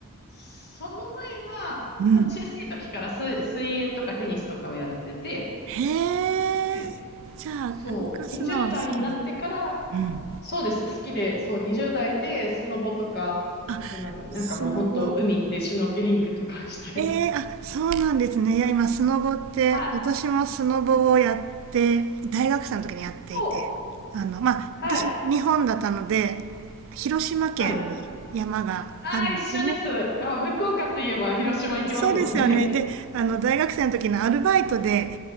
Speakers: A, on the left; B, on the right.
A: その前は、
B: うん。
A: まあ、小さい時から水、水泳とかテニスとかをやってて、
B: へえ。
A: で
B: じゃあ、
A: そう、
B: 動かすのは好きだ。
A: 20代になってから、
B: うん。
A: そうです、好きで、そう、20代でスノボとか、
B: あ、
A: あと何、
B: 砂場。
A: なんかもう本当、海行ってシュノーケリングとかしたり。
B: ええあ、そうなんですね。いや、今、スノボって、
A: はい。
B: 私もスノボをやって、大学生の時にやっていて、
A: そう、
B: あの、まあ、
A: はい、
B: 私、日本だったので、広島県に山があるんですよね。
A: はい。ああ、一緒です。あ、福岡といえば広島行きますもんね。
B: そうですよね。
A: <laughs>
B: で、あの、大学生の時のアルバイトで、